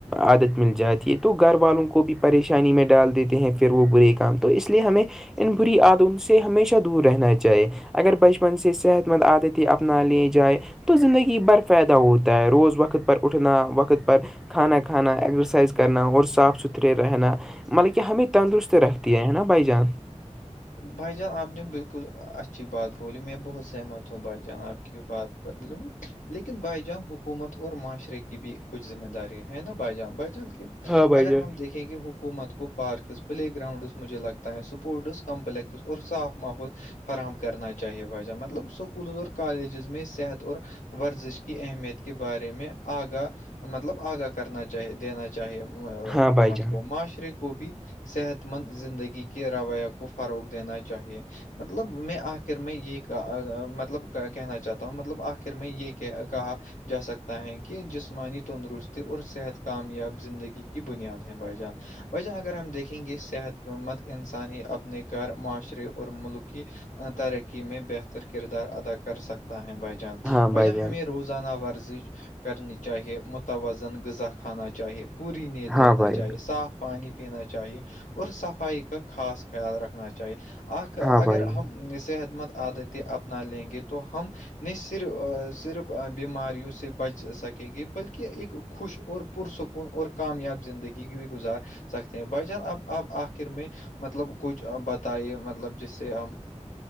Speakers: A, in the centre; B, on the left.
A: عادت مل جاتی ہے تو گھر والوں کو بھی پریشانی میں ڈال دیتے ہیں پھر وہ برے کام تو اس لیے ہمیں ان بری عادوں سے ہمیشہ دور رہنا جائے اگر بچپن سے صحت مند عادتیں اپنا لی جائے تو زندگی بھر فائدہ ہوتا ہے روز وقت پر اٹھنا وقت پر کھانا کھانا ایگزرسائز کرنا اور صاف ستھرے رہنا مطلب کہ ہمیں تندرست رکھتی ہے نا بھائی جان
B: بھائی جان آپ نے بلکل اچھی بات بولی میں بہت سہمت ہوں بھائی جان آپ کی بات پر لیکن بھائی جان حکومت اور معاشرے کی بھی کچھ ذمہ داری ہے نا بھائی جان بھائی جان
A: ہاں بھائی
B: اگر
A: جان
B: ہم دیکھیں گے حکومت کو پارکس پلے گراؤنڈس مجھے لگتا ہے سپورٹس کمپلیکسس اور صاف ماحول فراہم کرنا چاہیے بھائی جان مطلب اسکولز اور کالجز میں صحت اور ورزش کی اہمیت کے بارے میں آگاہ مطلب آگاہ کرنا چاہ دینا چاہیے حکومت
A: ہاں بھائی جان
B: کو معاشرے کو بھی صحت مند زندگی کے رویہ کو فروغ دینا چاہیے مطلب میں آخر میں یہ کہ مطلب کہنا چاہتا ہوں مطلب آخر میں یہ کہا جا سکتا ہے کہ جسمانی تندرستی اور صحت کامیاب زندگی کی بنیاد ہے بھائی جان بھائی جان اگر ہم دیکھیں گے صحت مند انسان ہی اپنے گھر معاشرے اور ملک کی ترقی میں بہتر کردار ادا کر سکتا ہے بھائی جان
A: ہاں
B: بھایی
A: بھائی
B: جان ہمیں روز زانا ورزش کرنی چاہیے متوازن غذا کھانا چاہیے پوری نیند لینا
A: ہاں بھائی
B: چاہیے صاف پانی پینا چاہیے اور صفائی کا خاص خیال رکھنا چاہیے اکھ
A: ہاں
B: اگر
A: بھائی
B: ہم صحت مند عادتیں اپنا لیں گے تو ہم نہیں صرف صرف بیماریوں سے بچ سکیں گے بلکہ ایک خوش اور پرسکون اور کامیاب زندگی بھی گزار سکتے ہیں بھائی جان اب اب آخر میں مطلب کچھ بتائیے مطلب جس سے ہم